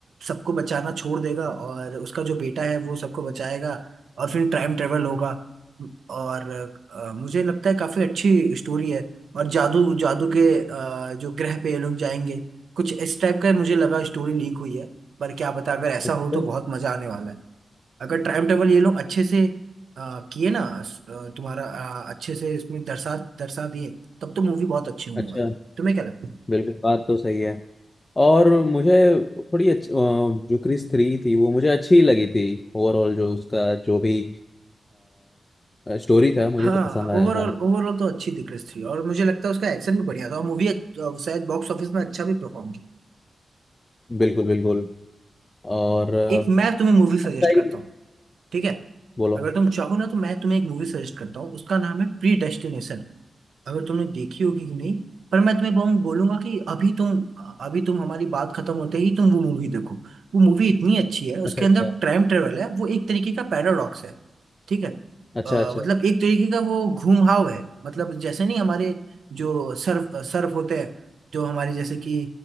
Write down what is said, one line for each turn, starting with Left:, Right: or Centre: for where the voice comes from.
Right: सबको बचाना छोड़ देगा और उसका जो बेटा है वो सबको बचाएगा और फिर टाइम ट्रेवल होगा और अ, मुझे लगता है काफी अच्छी स्टोरी है और जादू जादू के अ, जो ग्रह पे ये लोग जाएंगे कुछ इस टाइप का मुझे लगा स्टोरी लीक हुई है पर क्या बता अगर ऐसा
Left: अच्छा
Right: हो तो बहुत मजा आने वाला है अगर टाइम टेबल ये लोग अच्छे से अ, किए ना अ, तुम्हारा अ, अच्छे से इसमें दर्शा दर्शा दिए तब तो मूवी बहुत अच्छी होने
Left: अच्छा
Right: वाली है तुम्हें क्या लगता है
Left: बिल्कुल बात तो सही है और मुझे थोड़ी अच्छी अ, जो क्रिस थ्री थी वो मुझे अच्छी लगी थी ओवरऑल जो उसका जो भी स्टोरी था मुझे
Right: हाँ
Left: तो पसंद आया
Right: ओवरऑल
Left: था
Right: ओवरऑल तो अच्छी दिख रही थी और मुझे लगता है उसका एक्शन भी बढ़िया था और मूवी शायद बॉक्स ऑफिस में अच्छा भी परफॉर्म की
Left: बिल्कुल बिल्कुल और अ,
Right: एक मैं तुम्हें मूवी सजेस्ट
Left: अच्छा ही
Right: करता हूँ ठीक है
Left: बोलो
Right: अगर तुम चाहो ना तो मैं तुम्हें एक मूवी सजेस्ट करता हूँ उसका नाम है प्री डेस्टिनेशन। अगर तुमने देखी होगी कि नहीं पर मैं तुम्हें बहुत बोलूंगा कि अभी तुम अभी तुम हमारी बात खत्म होते ही तुम वो मूवी देखो वो मूवी इतनी अच्छी है उसके
Left: अच्छा अच्छा
Right: अंदर टाइम ट्रेवल है वो एक तरीके का पैराडॉक्स है ठीक है
Left: अच्छा
Right: अ,
Left: अच्छा
Right: मतलब एक तरीके का वो घूमहाव है मतलब जैसे नहीं हमारे जो सर्फ सर्फ होते हैं जो हमारे जैसे कि